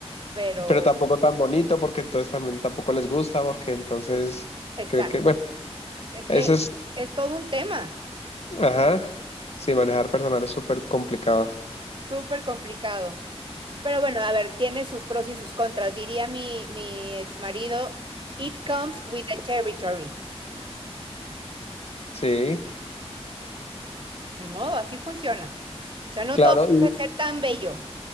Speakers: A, on the right; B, on the left.
A: pero,
B: pero tampoco tan bonito porque entonces también tampoco les gusta porque entonces
A: exacto.
B: cree que, bueno,
A: Es que
B: eso es,
A: es todo un tema.
B: ajá, sí, manejar personal es súper complicado,
A: Súper complicado. Pero bueno, a ver, tiene sus pros y sus contras. Diría mi, mi ex marido, it comes with the territory.
B: sí.
A: Ni modo, así funciona. O sea, no
B: Claro,
A: todo
B: y,
A: puede ser tan bello.